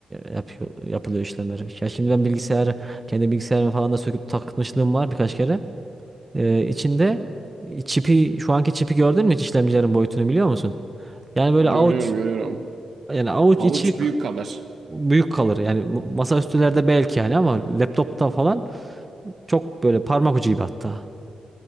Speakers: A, on the right (about 25°); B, on the right (about 60°).
A: yapıyor, yapılıyor işlemler. Ya şimdi ben bilgisayarı kendi bilgisayarımı falan da söküp takmışlığım var birkaç kere. E, içinde çipi şu anki çipi gördün mü hiç işlemcilerin boyutunu biliyor musun? Yani böyle
B: Görüyorum
A: avuç
B: görüyorum.
A: yani avuç
B: Avuç
A: içi
B: büyük kalır.
A: büyük kalır. Yani mu- masaüstülerde belki yani ama laptopta falan çok böyle parmak ucu gibi hatta.